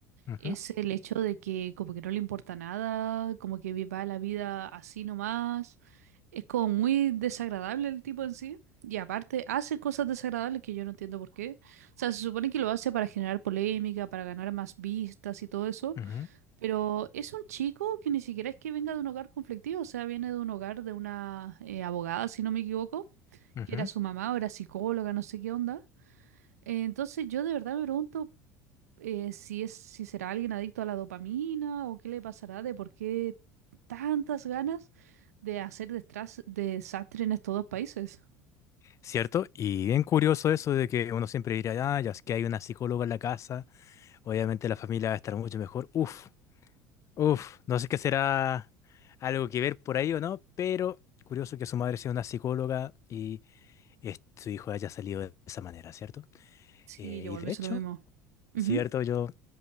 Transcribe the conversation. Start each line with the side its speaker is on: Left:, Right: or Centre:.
Left: Ujú,
Right: es el hecho de que como que no le importa nada, como que viva la vida así nomás. Es como muy desagradable el tipo en sí. Y aparte hace cosas desagradables que yo no entiendo por qué. O sea, se supone que lo hace para generar polémica, para ganar más vistas y todo eso.
Left: ujú,
Right: Pero es un chico que ni siquiera es que venga de un hogar conflictivo, o sea, viene de un hogar de una eh, abogada, si no me equivoco,
Left: ujú.
Right: que era su mamá o era psicóloga, no sé qué onda. Eh, entonces yo de verdad me pregunto eh, si es, si será alguien adicto a la dopamina o qué le pasará de por qué tantas ganas de hacer destras- desastre en estos dos países.
Left: ¿Cierto? Y bien curioso eso de que uno siempre dirá, ah, ya es que hay una psicóloga en la casa, obviamente la familia va a estar mucho mejor. Uf, uf, no sé qué será algo que ver por ahí o no, pero curioso que su madre sea una psicóloga y es- su hijo haya salido de esa manera, ¿cierto?
Right: Sí,
Left: Eh,
Right: yo
Left: y
Right: igual
Left: de
Right: pienso
Left: hecho,
Right: lo mismo. Ujú,
Left: es cierto, yo